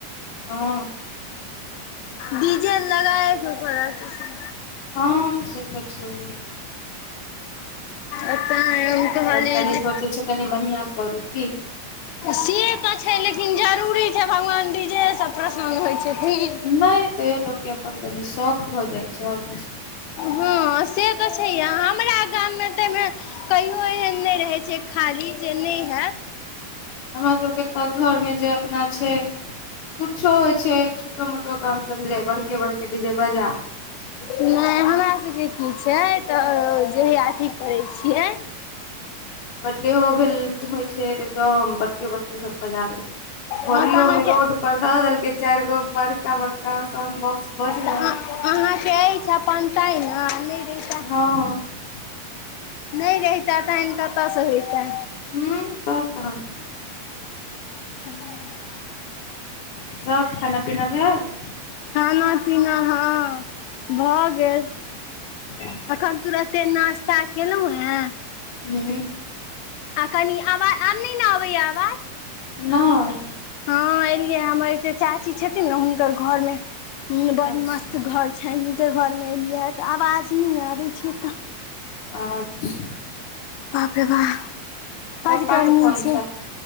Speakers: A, on the left; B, on the left.
A: हॅं
B: डिजे लगाय कऽ भऽ रहल छै
A: हँ से त छै
B: अ तांय हम कहली
A: सब कनि
B: जे
A: सोचै छै कनि बढ़िआं करू की
B: से तऽ छै लेकिन जरूरी छै भगवान डीजेसँ प्रसन्न होइ छथिन
A: नहि तैयो लोकके अपन कनि शौक भऽ जाइ छथि
B: हँ से तऽ छैह हमरा गाममे तऽ कहियो एहन नहि रहै छै खाली जे नहि हेत
A: हमरा सभके तऽ घरमे जे अपना छै कुछो छै छोटो मोटो काम कर ले बड़के बड़के डीजे बाजा
B: नहि हमरा सबके की छै तऽ ज हिया अथी करैछियै
A: बड्डेओ भेल होइ छै तऽ एकदम बड़के बड़के सब बजारै छै होलियो
B: हँ तऽ अहाँके
A: में रोड पर ध देलकै चारि गो बड़का बड़का साउंड बॉक्स बुझल
B: तऽ अहाँके प चाह ने नहि रहै
A: हँ
B: नहि रहिता तहन कतयसँ होयता
A: हू त कहस
B: <inaudible>
A: तब खाना पीना भएल
B: खाना पीना हँ भऽ गेल
A: <inaudible>
B: अखन तुरते नास्ता केलहुॅं हे
A: हूं
B: आ कनि आवाज आब नहि ने अबैय आवाज
A: नय
B: हँ एलियै हमर एक चाची छथिन ने हुनकर घर में बड़
A: अच्छा
B: मस्त घर छैने हुनकर घरमे एलिय हँ तऽ आवाज नहि आबै छै एतऽ
A: अच्छा
B: बाप रे बाप बड्ड
A: पप्पा
B: गर्मी
A: के फोन
B: छै